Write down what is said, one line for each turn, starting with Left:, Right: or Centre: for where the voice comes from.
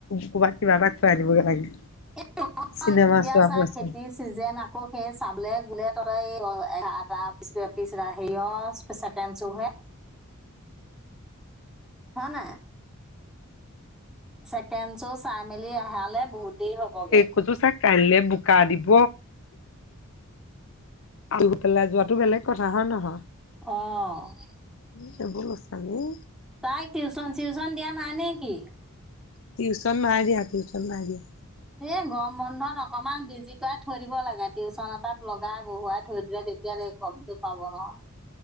Left: ক'বাত কিবা এটা খুৱাই আনিবগৈ লাগে।
Centre: <unintelligible>
Left: চিনেমা
Centre: এতিয়া
Left: চোৱা
Centre: চা
Left: পইচা
Centre: খেতিৰ চিজেন আকৌ সেই চাবলে গোলে তহঁতৰ এই দহ এঘা তাৰ <unintelligible> হেৰিয় ছেকেণ্ড শ্ব হে। হয় নাই। ছেকেণ্ড শ্ব চাই মেলি আহালে বহুত দেৰি হ'বগে।
Left: কৈছো চা কাইলে বোকা দিব ৰুই পেলাই যোৱাটো বেলেগ কথা হয় নহয়?
Centre: অ'
Left: সেইবোৰ সচা নে?
Centre: তাইক টিউচন চিউচন দিয়া নাই নেকি?
Left: টিউচন নাই দিয়া, টিউচন নাই দিয়া।
Centre: এই গৰম বন্ধত অকমান বিজি কৰা থৈ দিব লাগে। টিউচন এটাত লগাই বহুৱাই থৈ দিলে তে এতিয়া <unintelligible> গমটো পাব ন'